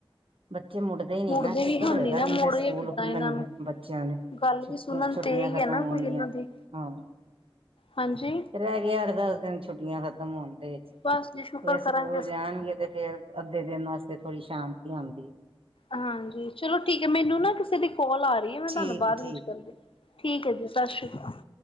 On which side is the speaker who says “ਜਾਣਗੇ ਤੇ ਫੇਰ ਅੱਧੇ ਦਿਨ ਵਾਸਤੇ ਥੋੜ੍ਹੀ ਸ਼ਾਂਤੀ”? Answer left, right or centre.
Right